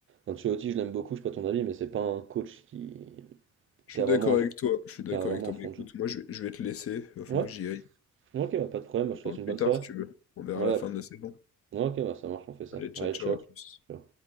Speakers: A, on the right; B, on the left.
A: Ancelotti, je l'aime beaucoup, je sais pas ton avis, mais c'est pas un coach qui,
B: Je
A: qui
B: suis
A: a
B: d'accord
A: vraiment
B: avec
A: un,
B: toi, je suis d'accord
A: qui a vraiment
B: avec toi.
A: un fond
B: Mais écoute,
A: de jeu.
B: moi, je vais, je vais te laisser, il va falloir
A: Ouais,
B: que j'y aille.
A: ok, bah, pas de problème, je
B: On
A: te
B: parle
A: souhaite une
B: plus
A: bonne
B: tard
A: soirée.
B: si tu veux. On verra
A: Ouais,
B: la fin
A: à plus.
B: de la saison.
A: Ok, bah ça marche, on fait ça.
B: Allez, ciao,
A: Allez,
B: ciao,
A: ciao.
B: à plus.
A: Ciao.